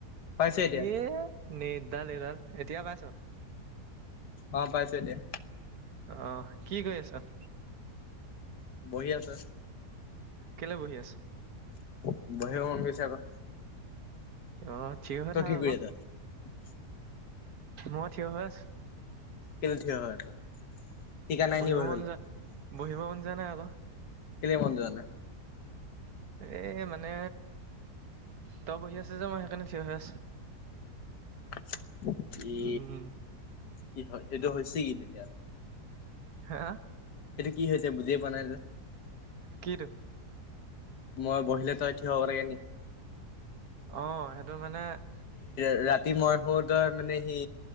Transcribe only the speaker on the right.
এ' নেটদাল এইডাল এতিয়া পাইছ?
অহ, কি কৰি আছ?
কেলে বহি আছ
অহ, থিয় হৈ
থাক
আকৌ।
মই থিয় হৈ আছো।
বহিব
মন যোৱা বহিব মন যোৱা নাই আকৌ
এই মানে তই বহি আছ যে মই সেইকাৰণে থিয় হৈ আছ
উম,
হা
কিটো?
অহ, সেটো মানে